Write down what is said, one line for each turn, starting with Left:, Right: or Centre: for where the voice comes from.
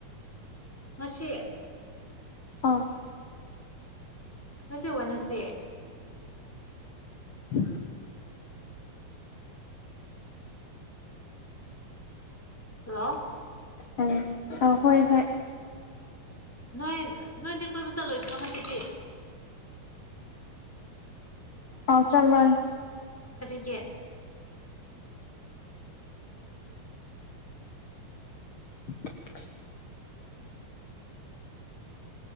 Centre: ꯉꯁꯤ
Left: ꯑꯥ
Centre: ꯉꯁ ꯑꯣꯠꯟꯅꯁꯦ
Left: <inaudible>
Centre: ꯍꯜꯂꯣ
Left: ꯎꯝ ꯑ ꯍꯣꯏ ꯍꯣꯏ
Centre: ꯅꯣꯏ ꯅꯣꯏꯗꯤ ꯀꯣꯏꯕ ꯆꯠꯂꯣꯏꯗ꯭ꯔꯣ ꯉꯁꯤꯗꯤ
Left: ꯑ ꯆꯂꯣꯏ
Centre: ꯀꯔꯤꯒꯤ
Left: <inaudible>